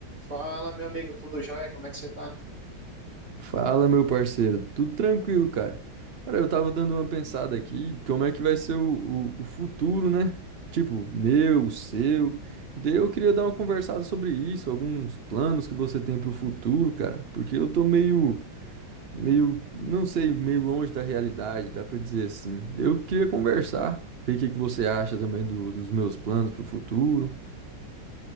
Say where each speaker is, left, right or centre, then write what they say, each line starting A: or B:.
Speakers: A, on the right (about 35°); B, on the right (about 65°).
A: Fala, meu amigo, tudo jóia? Como é que você tá?
B: Fala, meu parceiro. Tudo tranquilo, cara. Cara, eu tava dando uma pensada aqui, como é que vai ser o, o, o futuro, né? Tipo, meu, seu. E daí eu queria dar uma conversada sobre isso, alguns planos que você tem pro futuro, cara. Porque eu tô meio, meio, não sei, meio longe da realidade, dá pra dizer assim. Eu queria conversar, ver o que que você acha também do- dos meus planos pro futuro.